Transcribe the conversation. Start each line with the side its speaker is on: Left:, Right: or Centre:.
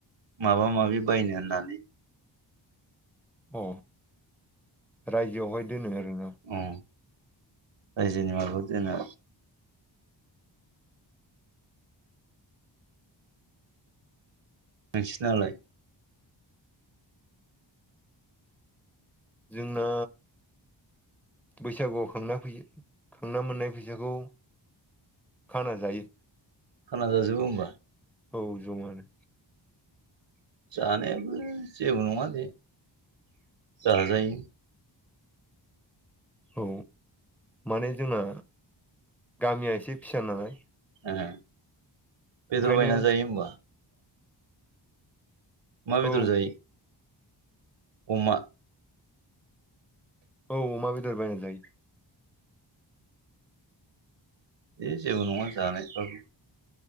Right: माबा माबि बायनो होननानै
Centre: अ रायजोआवहाय दोनो आरोना
Right: औ रायजोनि माबा दोनो नोंसिनालाय
Centre: जोंना बैसागुआव खांना फै खांना मोननाय फैसाखौ खाना जायो
Right: खाना जाजोबो होनबा!
Centre: औ ज'मानो
Right: जानायाबो जेबो नङा जे जाजायो
Centre: औ माने जोंना गामिया एसे फिसा नालाय
Right: ओ बेदर
Centre: ओंखायनो
Right: बायना जायो होमबा मा बेदर
Centre: औ
Right: जायो। अमा
Centre: औ अमा बेदर बायना जायो।
Right: दे जेबो नङा जानायफ्राबो